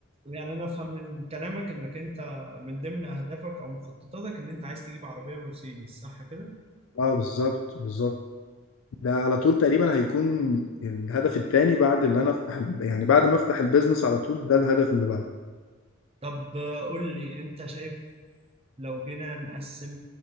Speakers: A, on the right; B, on the left.
A: يعني انا افهم من كلامك انك انت من ضمن اهدافك او مخططاتك ان انت عايز تجيب عربية مرسيدس صح كده
B: اه بالظبط بالظبط ده على طول تقريبا هيكون الهدف التاني بعد اللي انا افتح ال- يعني بعد ما افتح البيزنس على طول ده الهدف اللي بعده
A: طب آه، قول لي انت شايف لو جينا نقسم